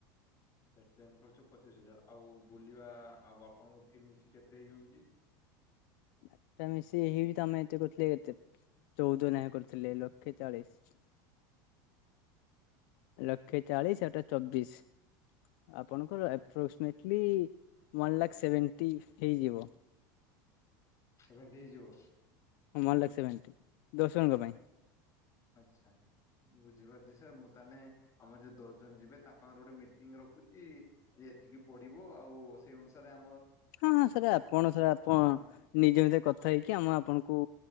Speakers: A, on the left; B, on the left.
A: ଆଚ୍ଛା ଟ୍ରେନ ଖର୍ଚ ପଚିଶ ହଜାର ଆଉ ବୁଲିବା ଆଉ ଆପଣଙ୍କ ଫି ମିଶି କେତେ ହେଇଯାଉଛି।
B: ଏଟା ମିଶି ହଏଇଯ ତମେ ଏତେ କଥିଲେ ଏତେ ଚଉଦ ନ୍ୟାୟ କରିଥିଲେ ଲକ୍ଷେ ଚାଳିଶ। ଲଖେ ଚାଳିଶ ଏଟା ଚବିଶ ଆପଣଙ୍କର ଆପ୍ରୋକ୍ସିମେଟଲି ୱାନ ଲାଖ ସେଭେଣ୍ଟୀ ହେଇଯିବ।
A: ସେଭେଣ୍ଟି ହେଇଯିବ।
B: ୱାନ ଲାକ୍ ସେଭେଣ୍ଟି ଦଶ ଜଣଙ୍କ ପାଇଁ।
A: ଆଚ୍ଛା ବୁଝିପାରୁଚି ସାର୍ ମୁଁ ତାନେ ଆମର ଯୋଉ ଦଶ ଜଣ ଯିବେ ତାଙ୍କର ଗୋଟେ ମିଟିଂ ର କହୁଛି ଏତିକି ପଡିବ ଆଉ ସେଇ ଅନୁସାରେ ଆମ
B: ହଁ ହଁ ସାର୍ ଆପଣ ସାର୍ ଆପଣ ନିଜ
A: ହଁ
B: ନିଜ ଭିତରେ କଥା ହେଇକି ଆମ ଆପଣଙ୍କୁ